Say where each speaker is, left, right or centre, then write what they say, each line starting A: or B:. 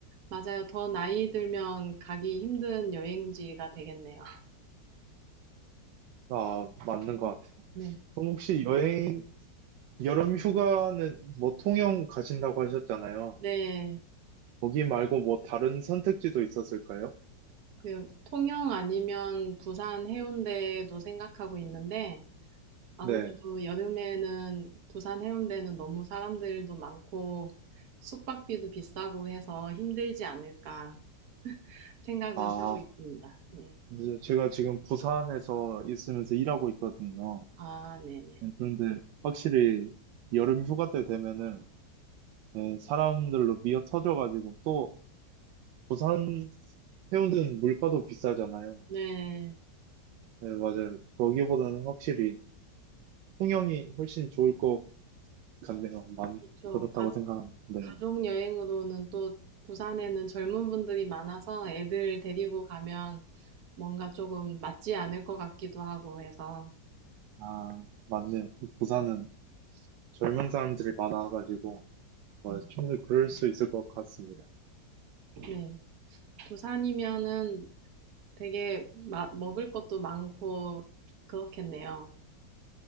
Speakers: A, on the right (about 60°); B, on the right (about 85°).
A: 맞아요. 더 나이 들면 가기 힘든 여행지가 되겠네요. <laughs>
B: 아, 맞는 것 같아요.
A: 네.
B: 그럼 혹시 여행 여름 휴가는 뭐 통영 가신다고 하셨잖아요.
A: 네.
B: 거기 말고 뭐 다른 선택지도 있었을까요?
A: 그 통영 아니면 부산 해운대도 생각하고 있는데 아무래도
B: 네.
A: 여름에는 부산 해운대는 너무 사람들도 많고 숙박비도 비싸고 해서 힘들지 않을까 생각은
B: 아,
A: 하고 있습니다. 네.
B: 이제 제가 지금 부산에서 있으면서 일하고 있거든요.
A: 아, 네네.
B: 네, 그런데 확실히 여름 휴가 때 되면은 네, 사람들로
A: 네.
B: 미어 터져가지고 또 부산 해운대는 물가도 비싸잖아요.
A: 네.
B: 네, 맞아요. 거기보다는 확실히 통영이 훨씬 좋을 것 같네요. 만,
A: 그렇죠.
B: 그렇다고 생각합니다. 네.
A: 가족 여행으로는 또 부산에는 젊은 분들이 많아서 애들 데리고 가면 뭔가 조금 맞지 않을 것 같기도 하고 해서.
B: 아, 맞네요. 부산은 젊은 사람들이 많아가지고 뭐
A: 음,
B: 충분히 그럴 수 있을 것 같습니다.
A: 네. 부산이면은 되게 마- 먹을 것도 많고 그렇겠네요.